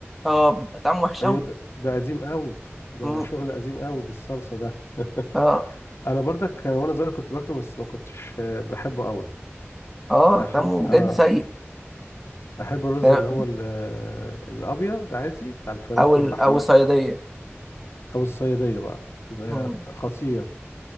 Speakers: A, in the centre; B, on the left.
A: اه بيبقى طعمه وحش
B: ايوه
A: أوي
B: ده, ده قديم قوي ده
A: مم،
B: شغل قديم قوي بالصلصة ده <laughs>
A: اه
B: انا برضك كان وانا صغير كنت باكله بس ما كنتش آه، بحبه قوي
A: اه
B: احب
A: طعمه
B: اه
A: بجد سيء
B: احب الرز
A: آه،
B: اللي هو ال- آه، الابيض عادي بتاع الفراخ
A: أو ال-
B: واللحمه
A: أو الصيادية
B: او الصياديه بقى بيبقى
A: مم،
B: خطير